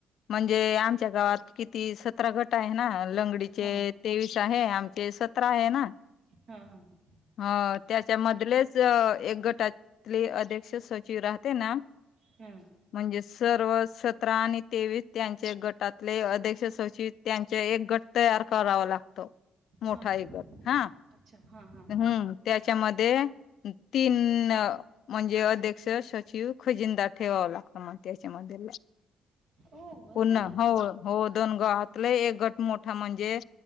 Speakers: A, on the left; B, on the right.
A: म्हणजे आमच्या गावात किती सतरा गट आहे ना. लंगडीचे
B: हा
A: तेवीस आहे आमचे सतरा आहे ना.
B: हा हा
A: ह त्याच्यामधलेच एक गटातले अध्यक्ष सचिव राहते ना.
B: हम.
A: म्हणजे सर्व सतरा आणि तेवीस त्यांच्या गटात ले अध्यक्ष सचित त्यांचे एक गट तयार करावा लागतो. मोठा
B: हा
A: एक गट हा
B: अच्छा हा हा
A: हम्म
B: हा
A: त्याच्यामध्ये तीन म्हणजे अध्यक्ष सचिव खजिंदा ठेवावं लागत म्ह त्या च्यामधे
B: हो
A: पुन्हा
B: असं
A: हो हो दोन गावात लई एक गट मो हा म्हणजे